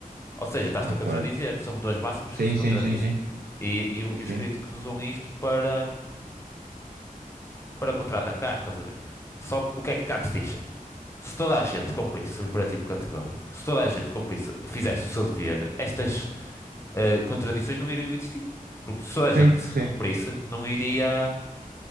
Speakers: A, on the left; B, on the right.
A: Ou seja, estás-te
B: Ok.
A: a contradizer. São duas máximas
B: Sim,
A: que se contradizem.
B: sim, sim, sim.
A: E, e o- e os
B: Sim,
A: críticos usam isto para para contra-atacar, estás a ver? Só que o que é que Kant diz? Se toda a gente cumprisse o imperativo categórico, se toda a gente cumprisse, fizesse o seu dever, estas eh, contradições não iriam existir. Porque se toda a gente
B: sim, sim.
A: cumprisse, não iria.